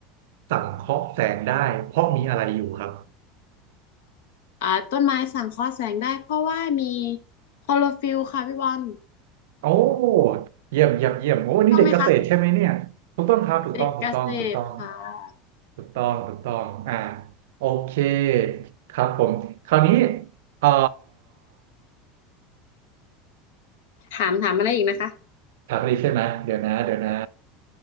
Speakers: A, on the right; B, on the left.
A: สังเคราะห์แสงได้เพราะมีอะไรอยู่ครับ
B: อ่าต้นไม้สังเคราะห์แสงได้เพราะว่ามีคลอโรฟิลล์ค่ะพี่บอล
A: โอ้เยี่ยมเยี่ยมเยี่ยมโอ้นี่เด็กเกษตรใช่ไหมเนี่ยถูกต้องครับถูกต้องถูกต้องถูกต้อง
B: ถูกต้องไหมคะเด็กเกษตรค่ะ
A: ถูกต้องถูกต้องอ่าโอเคครับผมคราวนี้เอ่อ
B: ถามถามอะไรอีกนะคะ
A: ถามอะไรใช่ไหมเดี๋ยวนะเดี๋ยวนะ